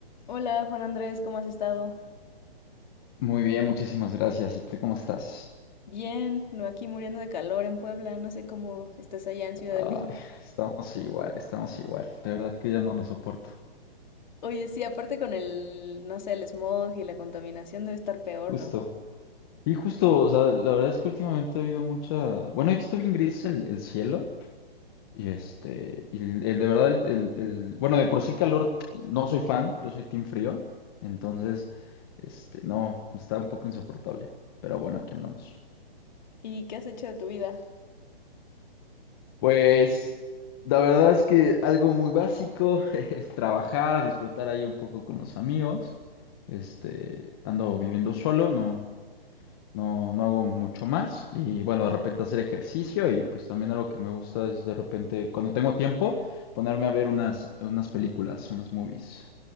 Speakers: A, on the left; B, on the left.
A: Hola Juan Andrés, ¿cómo has estado?
B: Muy bien, muchísimas gracias. ¿Y tú cómo estás?
A: Bien, no aquí muriendo de calor en Puebla, no sé cómo estás allá en Ciudad
B: Ay,
A: de México.
B: estamos igual, estamos igual. De verdad que ya no lo soporto.
A: Oye, sí, aparte con el, no sé, el smog y la contaminación debe estar peor,
B: Justo.
A: ¿no?
B: Y justo, o sea, la verdad es que últimamente ha habido mucha... Bueno, he visto bien gris el, el cielo y este, y el, el- de verdad, el, el- el- Bueno, de por sí el calor no soy fan, yo soy team frío, entonces, este, no, está un poco insoportable, pero bueno, aquí andamos.
A: ¿Y qué has hecho de tu vida?
B: Pues la verdad es que algo muy básico <laughs> es trabajar, disfrutar ahí un poco con los amigos. Este, ando viviendo solo, no, no, no hago mucho más. Y bueno, de repente hacer ejercicio y pues también algo que me gusta es de repente, cuando tengo tiempo, ponerme a ver unas, unas películas, unas movies.